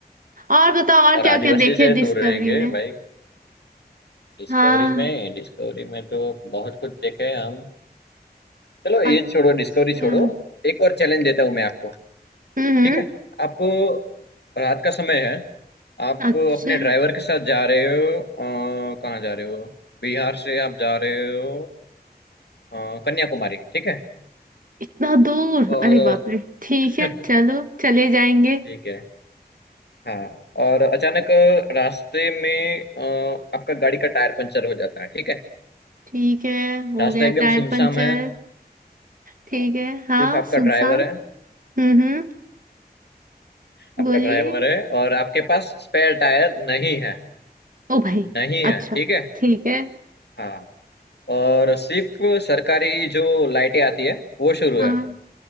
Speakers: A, on the right; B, on the left.
A: और बताओ और
B: और
A: क्या
B: आदिवासी
A: क्या देखे
B: से
A: डिस्कवरी
B: दूर रहेंगे
A: में
B: भाई डिस्कवरी
A: हाँ
B: में डिस्कवरी में तो बहुत कुछ देखे हैं हम चलो ये
A: अच्छा
B: छोड़ो डिस्कवरी छोड़ो
A: हम्म
B: एक और चैलेंज देता हूँ मैं आपको
A: हम्म,
B: ठीक है आप रात का समय है आप
A: अच्छा
B: अपने ड्राइवर के साथ जा रहे हो अ, कहाँ जा रहे हो बिहार से आप जा रहे हो अ, कन्याकुमारी ठीक है
A: इतना दूर
B: और
A: अरे बाप रे ठीक
B: <laughs>
A: है चलो चले जाएंगे
B: ठीक है हाँ और अचानक रास्ते में अ, आपका गाड़ी का टायर पंचर हो जाता है ठीक है
A: ठीक है हो
B: रास्ता
A: गया
B: एकदम
A: टायर
B: सुमसाम
A: पंचर
B: है
A: ठीक
B: हाँ
A: है हाँ
B: सिर्फ आपका
A: सुनसान
B: ड्राइवर है
A: हम्म हम्म बोलिए
B: आपका ड्राइवर है और आपके पास स्पेयर टायर नहीं है
A: ओ भाई
B: नहीं है
A: अच्छा
B: ठीक है
A: ठीक है
B: हाँ और सिर्फ सरकारी जो लाइटें आती है वो शुरू
A: हाँ
B: है